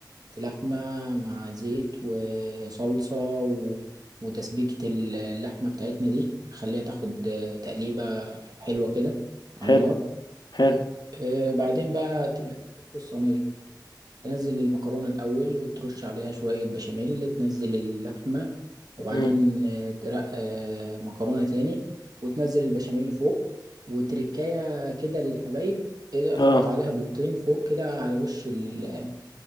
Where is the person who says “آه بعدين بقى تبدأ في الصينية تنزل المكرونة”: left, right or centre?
Right